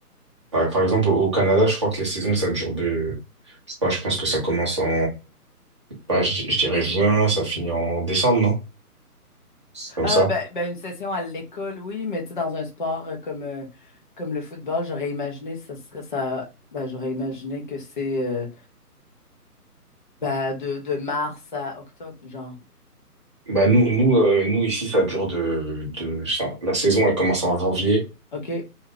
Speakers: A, on the right; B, on the left.
A: par, par exemple au Canada, je crois que les saisons, ça dure de je sais pas, je pense que ça commence en bah, je, je dirais juin, ça finit en décembre, non? C'est comme
B: Ah,
A: ça.
B: ben, ben, une session à l'école, oui, mais tu sais, dans un sport euh, comme, euh, comme le football, j'aurais imaginé, ça serait ça, ben, j'aurais imaginé que c'est euh, ben, de, de mars à octobre, genre.
A: Bah nous, nous, euh, nous ici, ça dure de, de enfin, la saison, elle commence en janvier
B: OK,